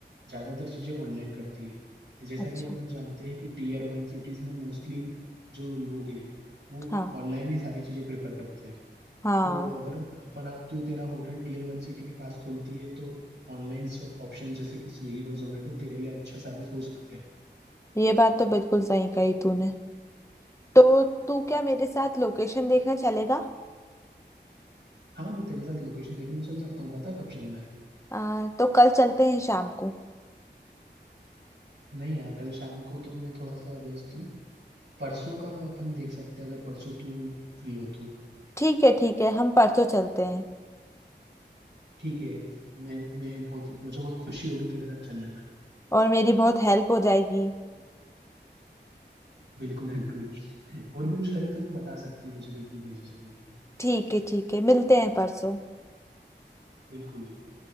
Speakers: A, on the right (about 90°); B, on the left (about 15°).
A: ज़्यादातर चीज़ें ऑनलाइन करती है जैसा
B: अच्छा
A: कि अपन जानते हैं कि टीयर वन सिटीज़ में मोस्टली जो लोग हैं वो
B: हाँ
A: ऑनलाइन ही सारी चीज़ें प्रेफर करते हैं
B: हाँ
A: तो अगर अपना तू तेरा होटल टीयर वन सिटी के पास खुलती है तो ऑनलाइन ऑप्शन जैसे कि स्विगी और जोमेटो तेरे लिए अच्छा साबित हो सकते हैं
B: ये बात तो बिल्कुल सही कही तूने तो तू क्या मेरे साथ लोकेशन देखने चलेगा
A: हाँ मैं तेरे साथ लोकेशन देखने चल सकता हूँ पता कब चलना है
B: आ, तो कल चलते हैं शाम को
A: नहीं यार कल शाम को तो मैं थोड़ा सा व्यस्त हूँ परसों का अपन देख सकते हैं अगर परसों तू फ्री हो तो
B: ठीक है ठीक है हम परसों चलते हैं
A: ठीक है मैं मैं बहुत मुझे बहुत खुशी होगी तेरे साथ चलने में
B: और मेरी बहुत हेल्प हो जाएगी
A: बिल्कुल बिल्कुल और भी कुछ लगे तो तू बता सकती है मुझे बिल्कुल भेजी जगहों पे
B: ठीक है ठीक है मिलते हैं परसों
A: बिल्कुल बिल्कुल